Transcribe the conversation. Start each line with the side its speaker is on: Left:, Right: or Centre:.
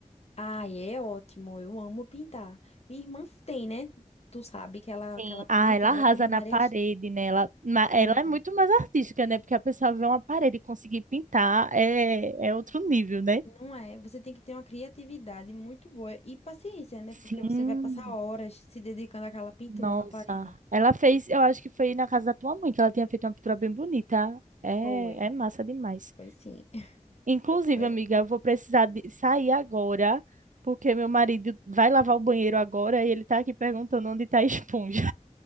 Left: Ah, é ótimo, eu amo pintar. Minha irmã tem, né? Tu sabe que ela,
Right: Sim.
Left: que ela
Right: Ah,
Left: pinta,
Right: ela arrasa
Left: ela tem várias.
Right: na parede, né? Ela, ma- ela
Left: Sim.
Right: é muito mais artística, né? Porque a pessoa vê uma parede e conseguir pintar é, é outro nível, né?
Left: Não é? Você tem que ter uma criatividade muito boa e paciência, né?
Right: Sim.
Left: Porque você vai passar horas se dedicando àquela pintura
Right: Nossa,
Left: na parede.
Right: ela fez, eu acho que foi na casa da tua mãe que ela tinha feito uma pintura bem bonita. É,
Left: Foi,
Right: é massa demais.
Left: foi sim. <laughs>
Right: Inclusive, amiga, eu vou precisar de sair agora, porque meu marido vai lavar o banheiro agora e ele tá aqui perguntando onde tá a esponja.